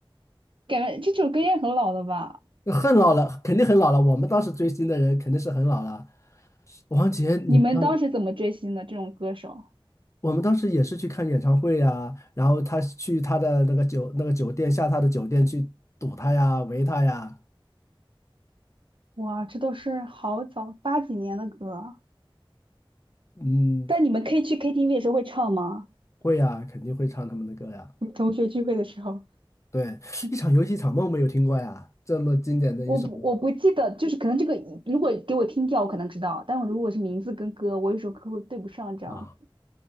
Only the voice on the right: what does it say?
感觉这首歌也很老了吧？
你们当时怎么追星的这种歌手？
哇，这都是好早八几年的歌，
但你们可以去 KTV 的时候会唱吗？
<laughs> 你同学聚会的时候，
<laughs>
我不我不记得，就是可能这个如果给我听调，我可能知道，但我如果是名字跟歌，我有时候可能会对不上这样子。